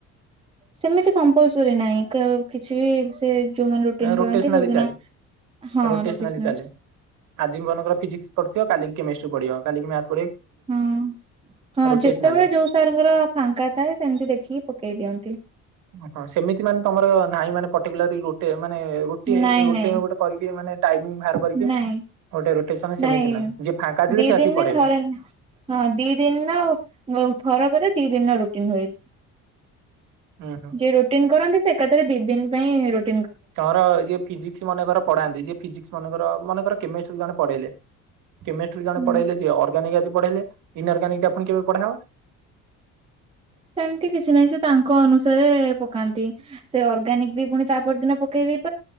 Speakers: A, on the right; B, on the right.
A: ସେମିତି କମ୍ପଲସରି ନହିଁ କିଛି ବି ସେ। ଯୋଉମାନେ ରୋଟିନ
B: ରୋଟେସନାଲି
A: କରନ୍ତି କୋଉ ଦିନ
B: ଚାଲେ
A: ହଁ
B: ରୋଟେସନାଲି
A: ରୋଟେସନାଲ
B: ଚାଲେ ଆଜି ମନଙ୍କର ଫିଜିକ୍ସ ପଡି ଥିବ କାଲି କେମିଷ୍ଟ୍ରି ପଡିବ। କାଲିି କି ମାଥ୍
A: ହଁ ହଁ
B: ରୋଟେସନାଲି।
A: ଯେତେବେଳେ ଯୋଉ ସାର ଫାଙ୍କା ଥାଏ ସେମିତି ଦେଖିକି ପକେଇ ଦିଅନ୍ତି।
B: ଓ ହ ସେମିତି ମାନେ ତମର ନାହିଁ ମାନେ ପର୍ଟିକୁଲାରି ଗୋଟେ ମାନେ ରୁଟି ଏ
A: ନାଇଁ
B: ରୁଟି
A: ନାଇଁ
B: ଏ ଗୋଟେ କରିକି ମାନେ ଟାଇମିଂ ବାହାର କରିକି
A: ନାଇଁ
B: ଗୋଟେ ରୋଟେସନ ସେମିତି
A: ନାଇଁ
B: ନାହିଁ ଯିଏ ଫାଙ୍କା ଥିଲେ
A: ଦି
B: ସେ ଆସିକି
A: ଦିନରେ
B: ପଢେଇବେ।
A: ଥରେ ହଁ ଦି ଦିନ ଥର କରେ ଦି ଦିନ ରୂପ ଏ ଭାଇ
B: ହୁଁ ହୁଁ।
A: ଯେ ରୁଟିନ୍ କରନ୍ତି ସେ ଏକା ଥାରେ ଦି ଦିନ ପାଇଁ ରୁଟି
B: ତର ଯିଏ ଫିଜିକ୍ସ ମାନକର ପଢାନ୍ତି ଯିଏ ଫିଜିକ୍ସ ମାନକର ମନେକର କେମିଷ୍ଟ୍ରି ରୁ ଜଣେ ପଢେଇଲେ କେମିଷ୍ଟ୍ରି ଜଣେ
A: ହୁଁ
B: ପଢେଇାଇଲେ ଯେ ଅର୍ଗାନିକ ଅଛି, ପଢେଇଲେ କେବେ ପଢାବ
A: ସେମିତି କିଛି ନାହିଁ ସେ ତାଙ୍କ ଅନୁସାରେ ପକାନ୍ତି ସେ ଅର୍ଗାନିକ ବି ପୁଣି ତା ପରଦିନ ପକେଇଦି